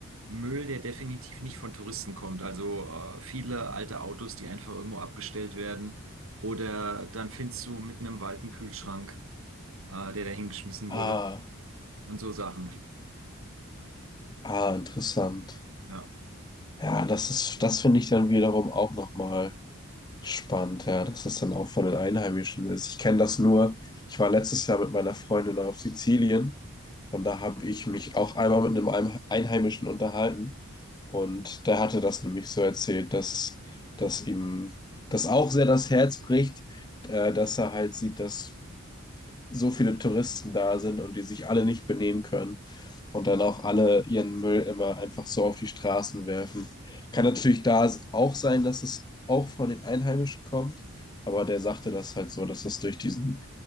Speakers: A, on the right; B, on the left.
A: Müll, der definitiv nicht von Touristen kommt. Also äh, viele alte Autos, die einfach irgendwo abgestellt werden. Oder dann findest du mitten im Wald einen Kühlschrank, äh, der da hingeschmissen
B: Ah,
A: wurde und so Sachen.
B: ah, interessant.
A: Ja.
B: Ja, das ist, das finde ich dann wiederum auch nochmal spannend, ja, dass das dann auch von den Einheimischen ist. Ich kenne das nur, ich war letztes Jahr mit meiner Freundin auf Sizilien und da habe ich mich auch einmal mit einem Ein- Einheimischen unterhalten und der hatte das nämlich so erzählt, dass, dass ihm das auch sehr das Herz bricht, äh, dass er halt sieht, dass so viele Touristen da sind und die sich alle nicht benehmen können. und dann auch alle ihren Müll immer einfach so auf die Straßen werfen. Kann natürlich da auch sein, dass es auch von den Einheimischen kommt, aber der sagte das halt so, dass das durch diesen